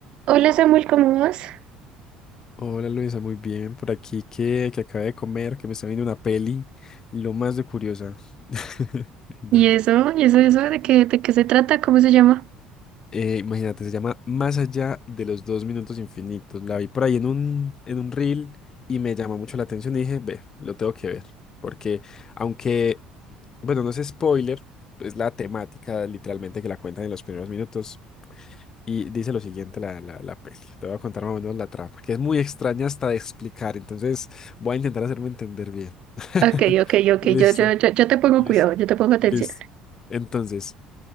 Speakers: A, on the right; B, on the left.
A: Hola Samuel, ¿cómo vas?
B: Hola Luisa, muy bien. Por aquí que, que acabé de comer, que me está viendo una peli, lo más de curiosa. <laughs> Imagínate.
A: ¿Y eso? ¿Y eso, eso de qué, de qué se trata? ¿Cómo se llama?
B: Eh, imagínate, se llama Más allá de los dos minutos infinitos. La vi por ahí en un, en un reel y me llamó mucho la atención y dije, ve, lo tengo que ver. Porque aunque, bueno, no es spoiler, es la temática literalmente que la cuentan en los primeros minutos. Y dice lo siguiente la, la, la peli. Te voy a contar más o menos la trama, que es muy extraña hasta de explicar. Entonces voy a intentar hacerme entender bien. <laughs>
A: Ok, ok, ok,
B: Listo,
A: yo, yo, yo, yo te pongo
B: listo,
A: cuidado, yo te pongo atención.
B: listo. Entonces,